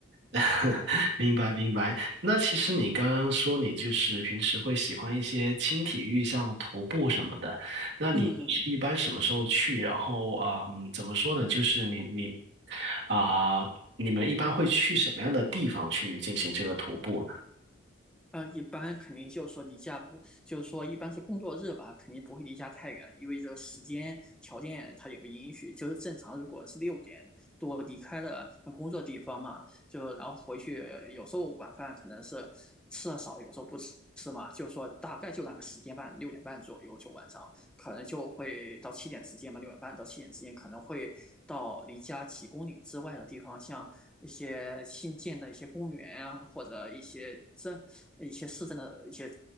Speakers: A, on the right; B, in the centre.
A: <laughs> 明白明白。那其实你刚刚说你就是平时会喜欢一些轻体育，像徒步什么的。那你是一般什么时候去？
B: 嗯，
A: 然后，嗯，怎么说呢？就是你你啊、你们一般会去什么样的地方去进行这个徒步呢？
B: 呃，一般肯定就是说离家不，就是说一般是工作日吧，肯定不会离家太远，因为这个时间条件它也不允许。就是正常，如果是六点多离开了呃工作地方嘛，就然后回去，有时候晚饭可能是吃的少，有时候不吃吃嘛，就是说大概就那个时间半，六点半左右就晚上，可能就会到七点之间吧，六点半到七点之间可能会到离家几公里之外的地方，像一些新建的一些公园啊，或者一些镇、一些市政的一些